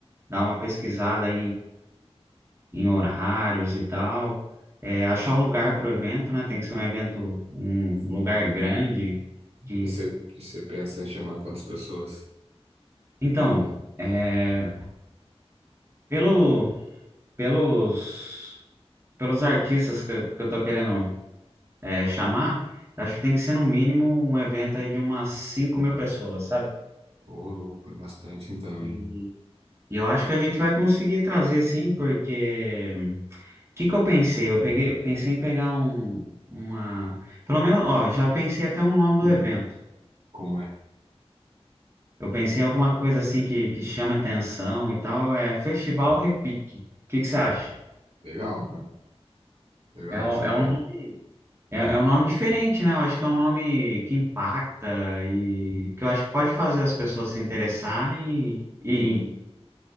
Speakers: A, on the right; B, on the right.
A: Dar uma pesquisada em horários e tal. É, achar um lugar para o evento, né? Tem que ser um evento, um
B: Sim.
A: lugar grande. Que...
B: E você, e você pensa em chamar quantas pessoas?
A: Então, é, pelo, pelos, pelos artistas que, eu- que eu tô querendo é, chamar, eu acho que tem que ser no mínimo um evento aí de umas 5 mil pessoas, sabe?
B: Ô, louco, é bastante então,
A: E,
B: hein?
A: e eu acho que a gente vai conseguir trazer sim, porque o que que eu pensei? Eu peguei, eu pensei em pegar um, uma. Pelo menos, ó, já pensei até o nome
B: Hum.
A: do evento.
B: Como é?
A: Eu pensei em alguma coisa assim que, que chame atenção e tal. É Festival Repique. O que que você acha?
B: Legal, cara. Legal,
A: É, um-
B: você
A: é,
B: pe...
A: um, é, é um nome diferente, né? Eu acho que é um nome que impacta e que eu acho que pode fazer as pessoas se interessarem e, e,
B: Sim.